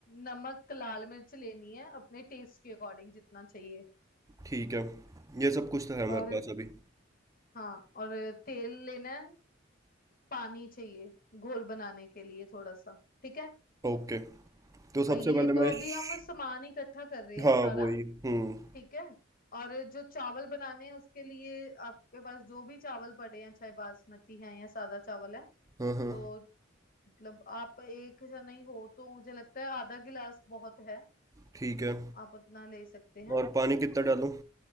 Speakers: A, on the left (about 50°); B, on the right (about 15°).
A: नमक लाल मिर्च लेनी है अपने टेस्ट के अकॉर्डिंग जितना चाहिए
B: ठीक है ये सब कुछ तो है
A: और
B: मेरे पास अभी
A: हाँ और तेल लेना है पानी चाहिए घोल बनाने के लिए थोड़ा सा ठीक है
B: ओके तो सबसे
A: और ये
B: पहले
A: तो
B: मैं
A: अभी
B: श-
A: हम सामान इकट्ठा कर रहे हैं
B: हाँ
A: सारा
B: वही हम्म
A: ठीक है और जो चावल बनाने हैं उसके लिए आपके पास जो भी चावल पड़े हैं चाहे बासमती हैं या सादा चावल है
B: हाँ हाँ
A: तो मतलब आप एक जने ही हो तो मुझे लगता है आधा गिलास बहुत है
B: ठीक है
A: आप उतना ले सकते हैं
B: और पानी कितना डालूं